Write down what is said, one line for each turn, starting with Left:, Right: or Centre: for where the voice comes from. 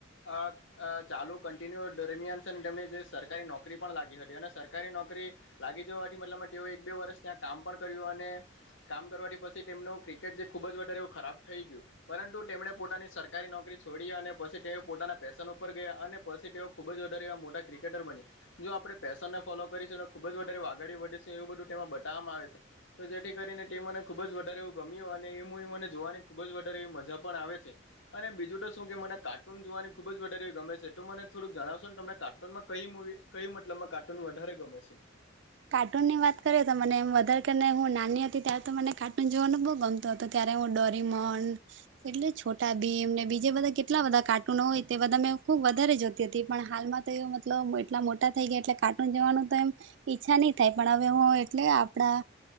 Left: અ ચાલુ કન્ટિન્યુ દરમિયાન છે ને તેમમને જે સરકારી નોકરી પણ લાગી હતી અને સરકારી નોકરી. લાગી જ આ મતલબ તેઓ એક બે વર્ષ ત્યાં કામ પણ કર્યું અને કામ કરવાથી પછી તેમનું ક્રિકેટ જે ખુબ જ વધારે એવું ખરાબ થઈ ગયું. પરંતુ તેમણે પોતાની સરકારી નોકરી છોડી અને પછી તેઓ પોતાના પેશન ઉપર ગયા અને પછી તેઓ. ખુબ જ વધારે એવા મોટા ક્રિકેટર બની. જો આપણે પેશન ને ફોલો કરીશું ખુબ જ વધારે આગળડી વધીશ એવું બધું તેમાં બતાવવામાં આવે છે. તો જેથી કરીને તે મને ખુબ જ વધારે એવું ગમ્યું અને એ હું મને જોવાની ખુબ જ વધારે એવી મજા પણ આવે છે. અને બીજું તો શું કે મને કાર્ટૂન જોવાની ખુબ જ વધારે ગમે છે તો મને થડુંક જણાવશોને તમને કાર્ટૂનમાં કહી મવી. કય મતલબમાં કાર્ટૂન વધારે ગમે છે.
Right: કાર્ટૂન ની વાત કરીએ તો મને મધર કેને હું નાની હતી ત્યાં તો મને કાર્ટૂન જોવાનું બહુ ગમતું હતું. તો ત્યારે હું ડોરીમન એટલે છોટા ભીમને બીજે બધા કેટલા બધા કાર્ટૂનો હોય તે બધા મેં ખુબ વધારે જોતી હતી પણ હાલમાં મતલબ એટલા મોટા થઈ ગયા એટલે કાર્ટુન જવાનું તો એમ- ઈચ્છા નહી થાય પણ હવે હું એટલે આપડા